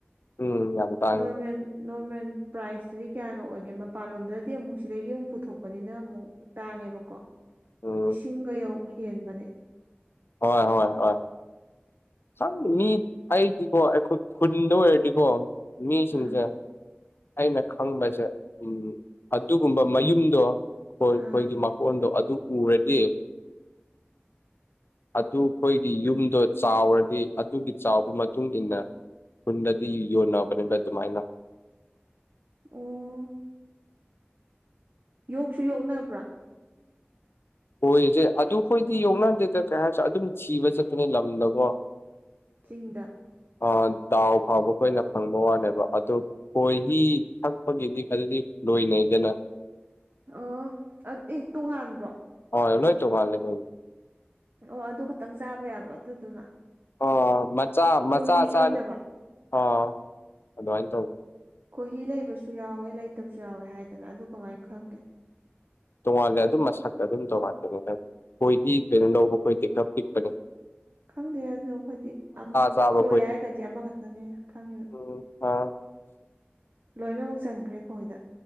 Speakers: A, on the left; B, on the right.
A: ꯎꯝ ꯌꯥꯝ ꯇꯥꯡꯉꯦ
B: ꯅꯣꯔꯃꯦꯜ ꯅꯣꯔꯃꯦꯜ ꯄ꯭ꯔꯥꯏꯁꯇꯗꯤ ꯀꯌꯥꯒ ꯑꯣꯏ ꯀꯦ ꯃꯄꯥꯟꯂꯣꯝꯗꯗꯤ ꯑꯃꯨꯛ ꯁꯤꯗꯒꯤ ꯑꯃꯨꯛ ꯄꯨꯊꯣꯛꯄꯅꯤꯅ ꯑꯃꯨꯛ ꯇꯥꯡꯉꯦꯕꯀꯣ
A: ꯎꯝ
B: ꯂꯤꯁꯤꯡꯒ ꯌꯧꯕ ꯍꯦꯟꯕꯅꯦ
A: ꯍꯣꯏ ꯍꯣꯏ ꯍꯣꯏ ꯈꯪ ꯃꯤ ꯑꯩꯗꯤꯀꯣ ꯑꯩꯈꯣꯏ ꯈꯨꯟꯗ ꯑꯣꯏꯔꯗꯤꯀꯣ ꯃꯤꯁꯤꯡꯖꯦ
B: ꯑꯥ
A: ꯑꯩꯅ ꯈꯪꯕꯁꯦ ꯎꯝ ꯑꯗꯨꯒꯨꯝꯕ ꯃꯌꯨꯝꯗꯣ ꯈꯣꯏ
B: ꯑꯥ
A: ꯈꯣꯏꯒꯤ ꯃꯀꯣꯟꯗꯣ ꯑꯗꯨꯝ ꯎꯔ ꯗꯤ ꯑꯗꯨ ꯈꯣꯏꯒꯤ ꯌꯨꯝꯗꯣ ꯆꯥꯎꯔꯗꯤ ꯑꯗꯨꯒꯤ ꯆꯥꯎꯕ ꯃꯇꯨꯡꯏꯟꯅ ꯈꯨꯟꯗꯗꯤ ꯌꯣꯟꯅꯕꯅꯦꯕ ꯑꯗꯨꯃꯥꯏꯅ
B: ꯑꯣ ꯌꯣꯛꯁꯨ ꯌꯣꯛꯅꯕ꯭ꯔꯥ
A: ꯍꯣꯏꯖꯦ ꯑꯗꯨ ꯍꯣꯏꯗꯤ ꯌꯣꯛꯅꯗꯦꯗ ꯀꯩ ꯍꯥꯏꯁꯤꯔ ꯑꯗꯨꯝ ꯊꯤꯕ ꯆꯠꯄꯅꯦ ꯂꯝꯗꯀꯣ
B: ꯆꯤꯡꯗ
A: ꯑꯥ ꯗꯥꯎ ꯐꯕꯈꯣꯏꯅ ꯐꯪꯕ ꯋꯥꯅꯦꯕ ꯑꯗꯨ ꯀꯣꯏꯍꯤ ꯊꯛꯄꯒꯤꯗꯤ ꯑꯗꯨꯗꯤ ꯂꯣꯏꯅꯩꯗꯅ
B: ꯑꯣ ꯑꯥ ꯑꯦ ꯇꯣꯉꯥꯟꯕ꯭ꯔꯣ
A: ꯍꯣꯏ ꯂꯣꯏ ꯇꯣꯉꯥꯜꯂꯦꯗ
B: ꯑꯣ ꯑꯗꯨ ꯈꯛꯇꯪ ꯆꯥꯕ ꯌꯥꯕ ꯑꯗꯨꯗꯨꯅ
A: ꯑꯣ ꯃꯆꯥ
B: ꯈꯣꯍꯤ
A: ꯃꯆꯥ ꯆꯥꯟ
B: ꯂꯩꯇꯕ
A: ꯑꯣ ꯑꯗꯨꯃꯥꯏꯟ
B: ꯈꯣꯍꯤ ꯂꯩꯕꯁꯨ ꯌꯥꯎꯋꯦ ꯂꯩꯇꯕꯁꯨ ꯌꯥꯎꯋꯦ ꯍꯥꯏꯗꯅ ꯑꯗꯨ ꯀꯃꯥꯏ ꯈꯪꯒꯦ
A: ꯇꯣꯉꯥꯜꯂꯦ ꯑꯗꯨꯝ ꯃꯁꯛꯇ ꯑꯗꯨꯝ ꯇꯣꯉꯥꯟꯕꯅꯤꯅ ꯈꯣꯏꯍꯤ ꯀꯩꯅꯣ ꯂꯧꯕ ꯈꯣꯏꯗꯤ ꯈꯔ ꯄꯤꯛ ꯄꯅꯦ
B: ꯈꯪꯗꯦ ꯑꯗꯣ ꯑꯩꯈꯣꯏꯗꯤ ꯑꯝ
A: ꯆꯥꯕ
B: ꯈꯣꯏ ꯍꯥꯏꯔꯒꯗꯤ ꯑꯃꯈꯛꯇꯅꯦ ꯈꯪꯉꯤꯕ
A: ꯈꯣꯏ ꯐꯥ
B: ꯂꯣꯏꯅꯃꯛ ꯆꯟꯈ꯭ꯔꯦ ꯈꯣꯏꯗ